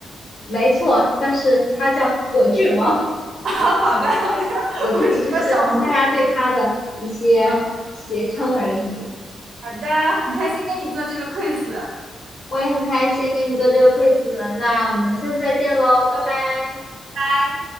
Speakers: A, on the left (about 60°); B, on the right (about 70°).
A: 没错，但是它叫果郡王，
B: <laughs> 好好的好的，
A: 果子狸只是大家对它的一些谐称而已。
B: 我只知道小红书。嗯，好的，很开心跟你做这个 quiz，
A: 我也很开心跟你做这个 q u 那我们下次再见喽，拜拜。
B: 拜。